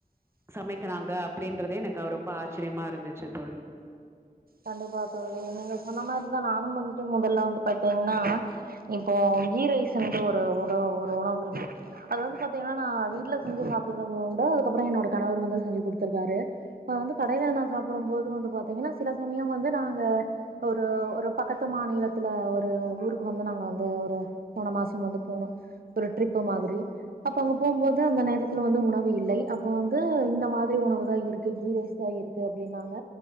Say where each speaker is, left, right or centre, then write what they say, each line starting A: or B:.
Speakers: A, on the right; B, on the right.
A: சமைக்கிறாங்க அப்டின்றதே எனக்கு ரொம்ப ஆச்சரியமா இருந்துச்சு தோழி
B: கண்டிப்பா தோழி நீங்க சொன்ன மாரிதா நானு வந்துட்டு முதல்ல வந்து பாத்தீங்கன்னா இப்போ கீ ரைஸ்ட்டு ஒரு உணவு ஒரு உணவு இருக்கு அது வந்து பாத்தீங்கன்னா நா வீட்ல செஞ்சு பாத்துட்டு உண்டு அதுக்கப்புற என்னோட கணவர் வந்து செஞ்சு கொடுத்துருக்காரு அத வந்து கடைல நா சாப்பிடு போது வந்து பாத்தீங்கன்னா சில சமயம் வந்து நாங்க ஒரு ஒரு பக்கத்து மாநிலத்துல ஒரு ஊருக்கு வந்து நாங்க வந்து ஒரு போன மாச வந்து போனோ ஒரு ட்ரிப்பு மாரி அப்ப அங்க போகும்போது அந்த நேரத்துல வந்து உணவு இல்ல அப்ப வந்து இந்த மாரி உணவு தா இருக்கு கீரை அதான் இருக்கு அப்டின்னாங்க